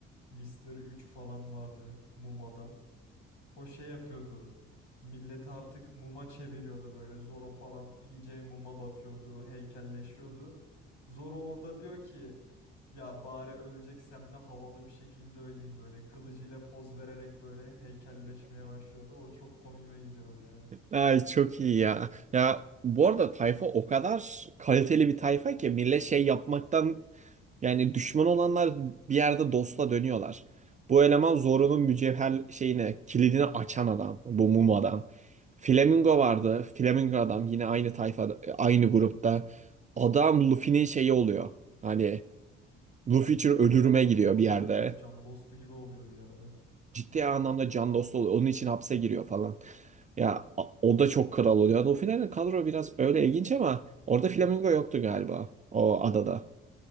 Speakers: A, on the left; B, on the right.
A: Mister 3 falan vardı. Mum adam. O şey yapıyordu. Milleti artık muma çeviriyordu böyle. Zoro falan iyice muma batıyordu. Heykelleşiyordu. Zoro orada diyor ki ya bari öleceksem ne havalı bir şekilde öleyim böyle. Kılıcıyla poz vererek böyle heykelleşmeye başlıyordu. O çok komiğime gidiyordu ya.
B: Ay çok iyi ya. Ya bu arada tayfa o kadar kaliteli bir tayfa ki millet şey yapmaktan yani düşman olanlar bir yerde dostla dönüyorlar. Bu eleman Zoro'nun mücevher şeyine kilidini açan adam. Bu mum adam. Flamingo
A: Evet.
B: vardı. Flamingo adam yine aynı tayfa aynı grupta. Adam Luffy'nin şeyi oluyor. Hani Luffy için
A: Ya
B: ölürüme
A: hayatını
B: gidiyor
A: kurtarıyor
B: bir yerde.
A: ya. Can dostu gibi oluyor bir yerde.
B: Ciddi anlamda can dostu oluyor. Onun için hapse giriyor falan. Ya a- o da çok kral oluyor. O finalde kadro biraz öyle ilginç ama orada Flamingo yoktu galiba o adada.